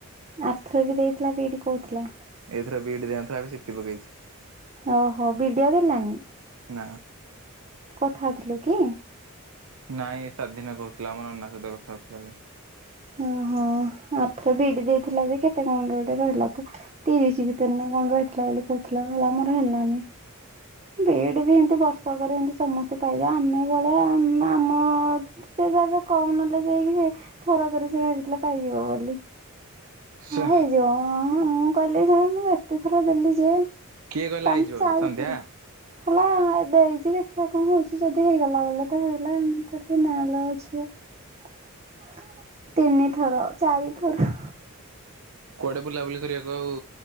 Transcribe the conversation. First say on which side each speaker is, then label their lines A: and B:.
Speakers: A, on the right; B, on the right.
A: ଆର ଥର ବି ଦେଇଥିଲା ବି ଇ ଡି କହୁଥିଲା।
B: ଏଇଥର ବି ଇ ଡି ଦେଇନଥିଆ। ଏବେ ସି ଟି ପକେଇଛି।
A: ଓହୋ! ବି ଡି ଆଉ ଦେଲାନି?
B: ନା।
A: କଥା ହେଉଥିଲୁ କିଁ?
B: ନାଇଁ ସାତ ଦିନ କହୁଥିଲା। ଆମ ନନା ସହିତ କଥା ହଉଥିଲା ଯେ।
A: ହଁ ହଁ। ହଁ ଆରଥର ବି ଇ ଡି ଦେଇଥିଲା ଯେ, କେତେ କଣ ଗୋଟେ ରହିଲା ତ! ତିରିଶ ଭିତରେ ନା କଣ ରହିଥିଲା ବୋଲି କହୁଥିଲା ମଲା ମୋର ହେଲାନି। ବି ଇ ଡ଼ି ବି ଏମତି ବର୍ଷକରେ ଏନତି ସମସ୍ତେ ପାଇ ଯା, ଆମେ ଭଳିଆ ଆମ ଆମ-ମ ସେ ତାର କମ୍ ନେଲେ ଯାଇକି ଯେ, ଥରକରେ ସେ ଭାବିଥିଲା ପାଇଯିବ ବୋଲି।
B: ସେ
A: ହଁ ହେଇଯିବ। ମ-ଅ ମୁଁ କହିଲି ଯେ ମୁଁ ଏତେ ଥର ଦେଲି ଯେ
B: କିଏ କହିଲା
A: ତମ୍
B: ହେଇଯିବ ବୋଲି
A: ଚାରିଥର
B: ସନ୍ଧ୍ୟା
A: ହେଲା। ଦେଇଛି ଦେଖିବା କଣ ହଉଛି? ଯଦି ହେଇଗଲା ବଲେ ତ ହେଇଗଲା, ମୁଁ କହିଲି ନାଲୋ ଝିଅ ତିନି ଥର, ଚାରି ଥର
B: କୁଆଡେ଼ ବୁଲାବୁଲି କରିଆକୁ ଆଉ,